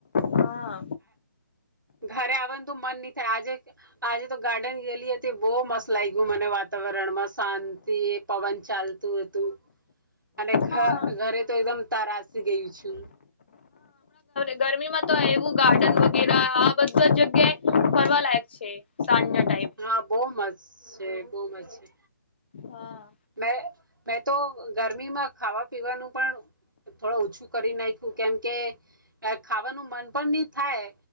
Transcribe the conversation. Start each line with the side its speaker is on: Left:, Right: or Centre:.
Left: હા
Right: ઘરે આવાનું તો મન ની આજે આજે તો ગાર્ડન ગેલી હતી બઉ મસ લાગ્યું મને વાતાવરણમાં શાંતિ એ પવન ચાલતું હતું અને ઘ
Left: હા
Right: ઘરે તો એકદમ તરાસી ગયું છે.
Left: ગરમીમાં તો એવું ગાર્ડન વગેરા આ બધા જગ્યાએ ફરવા લાયક છે સાંજે
Right: હા બઉ મસ્ત છે બઉ મસ્ત છે.
Left: હા.
Right: મે મેં તો ગરમીમાં ખાવા પીવાનું પણ થોડું ઓછું કરી નાખ્યું કેમકે ખાવાનું મન પણ ની થાય